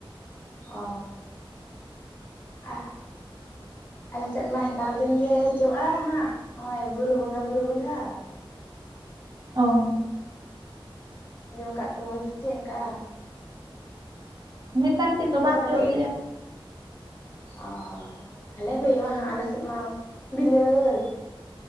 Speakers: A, on the left (about 25°); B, on the right (about 45°).
A: ᱚ ᱟᱦ ᱟᱞᱮ ᱥᱮᱜ ᱢᱟ ᱦᱮᱛᱟᱨ ᱫᱤᱱ ᱜᱮ ᱡᱚᱜᱼᱟ ᱦᱟᱸᱜ ᱦᱚᱜᱼᱚᱭ ᱵᱩᱨᱩ ᱵᱚᱸᱜᱟ ᱵᱩᱨᱩ ᱵᱚᱸᱜᱟ᱾
B: ᱚ
A: ᱟᱡᱚᱢ ᱠᱟᱜ ᱠᱚᱣᱟᱹᱧ ᱥᱮ ᱪᱮᱜ ᱚᱝᱠᱟ᱾
B: ᱱᱮᱛᱟᱨ ᱫᱤᱱ ᱫᱚ ᱵᱟᱝ
A: ᱟᱫᱚ ᱯᱟᱪᱮᱫ
B: ᱡᱚᱜ ᱜᱮᱭᱟ᱾
A: ᱚ ᱟᱞᱮ ᱥᱮᱡ ᱦᱳᱭᱳᱜᱼᱟ ᱦᱟᱸᱜ ᱟᱞᱮ ᱥᱮᱫ ᱢᱟ ᱵᱤᱞᱟᱹᱛ